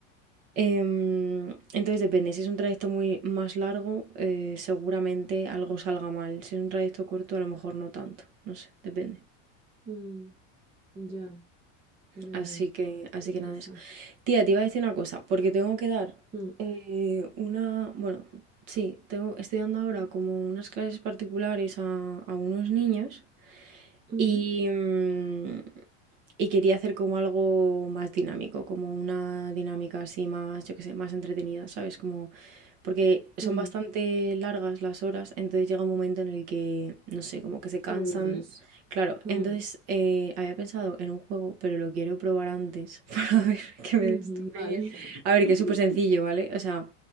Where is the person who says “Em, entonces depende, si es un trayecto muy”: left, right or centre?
Right